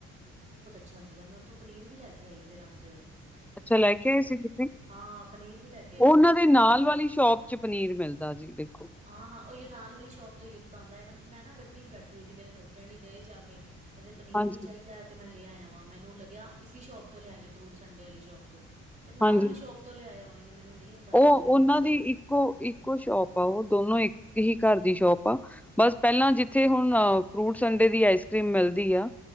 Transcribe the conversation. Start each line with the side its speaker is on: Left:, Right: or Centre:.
Right: ਛਾ ਸੀਗਾ ਮੈਂ ਉੱਥੋਂ ਪਨੀਰ ਵੀ ਲੈ ਕੇ ਆਈ ਫਿਰ ਆਂਦੇ ਹੋਏ।
Centre: ਅੱਛਾ ਲੈ ਕੇ ਆਏ ਸੀ ਤੁਸੀਂ?
Right: ਹਾਂ, ਪਨੀਰ ਵੀ ਲੈ ਕੇ ਅ
Centre: ਓ ਓਨਾਂ ਦੇ ਨਾਲ ਵਾਲੀ ਸ਼ੋਪ ਚ ਪਨੀਰ ਮਿਲਦਾ ਜੀ ਦੇਖੋ।
Right: ਹਾਂ-ਹਾਂ ਉਹਹੀ ਨਾਲ ਵਾਲੀ ਸ਼ੋਪ ਤੋਂ ਹੀ ਲਿੱਤਾ ਹੁੰਦਾ ਇਵਨ ਕਿ ਮੈਂ ਨਾ ਗੱਡੀ ਚ ਬੈਠ ਬੀਜੀ ਮੇਰੇ ਹਸਬੈਂਡ ਹੀ ਗਏ ਜਾ ਕੇ ਕਹਿੰਦੇ ਪਨੀਰ
Centre: ਹਾਂਜੀ,
Right: ਵੀ ਚਾਹੀਦਾ ਹੈ ਤੇ ਮੈਂ ਲੇ‌ ਆਯਾ। ਮੈਨੂੰ ਲੱਗਿਆ ਇਸੀ ਸ਼ੋਪ ਤੋਂ ਲਿਆਏ ਨੇ ਫਰੂਟ ਸੰਡੇ ਆਲੀ ਸ਼ੋਪ ਤੋਂ ਤੇ ਨਾਲ
Centre: ਹਾਂਜੀ।
Right: ਆਲੀ ਸ਼ੋਪ ਤੋਂ ਲਿਆਏ ਹੋਨੇ। ਮੈਨੂੰ ਨਹੀਂ ਅੰਦਾਜ਼ਾ
Centre: ਉਹ
Right: ਲੱਗਿਆ
Centre: ਉਹਨਾਂ
Right: ਹੋਣਾ ਸਹੀ।
Centre: ਦੀ ਇੱਕੋ ਇੱਕੋ ਸ਼ੋਪ ਆ ਓ ਦੋਨੋ ਇੱਕ ਹੀ ਘਰ ਦੀ ਸ਼ੋਪ ਆ। ਬਸ ਪਹਿਲਾਂ ਜਿੱਥੇ ਹੁਣ ਫਰੂਟ ਸੰਡੇ ਦੀ ਆਈਸ ਕਰੀਮ ਮਿਲਦੀ ਆ।